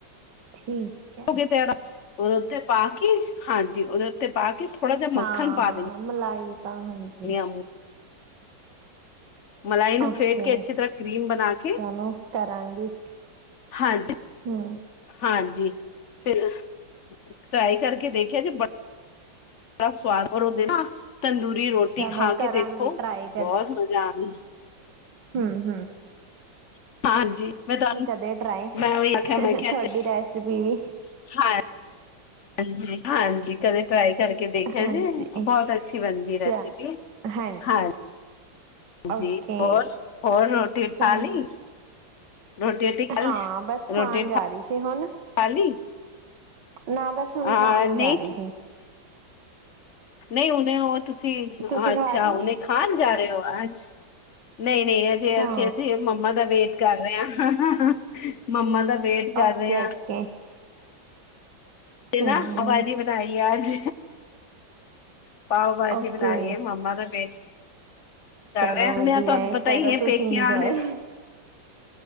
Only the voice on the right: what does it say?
ਠੀਕ ਹੈ
ਹਾਂ
ਹਾਂ
ਮਲਾਈ ਤਾਂ ਹਾਂਜੀ
ਓਕੇ
ਚਲੋ ਕਰਾਂਗੀ।
ਹਮ
ਚਲੋ
ਕਰਾਂਗੀ
ਟਰਾਈ
ਹਮ ਹਮ
ਕਦੇ ਟਰਾਈ
ਤੁਹਾਡੀ
ਰੈਸਪੀ ਵੀ
ਹਾਂਜੀ
ਚਲ ਹਾਂ
ਓਕੇ
ਚਲ
ਹਾਂ
ਬਸ
ਖਾਣ ਜਾ ਰਹੀ ਸੀ ਹੁਣ
ਨਾ ਬਸ ਹੁਣ
ਖਾਣ
ਜਾ ਰਹੀ ਸੀ
ਤੁਸੀਂ
ਖਾ ਲਈ
ਹਾਂ
ਓਕੇ
ਓਕੇ
ਹੂੰ
ਓਕੇ
ਚਲੋ
ਵਧੀਆ
ਕਰੋ
ਤੁਸੀਂ
ਇੰਜੋਏ।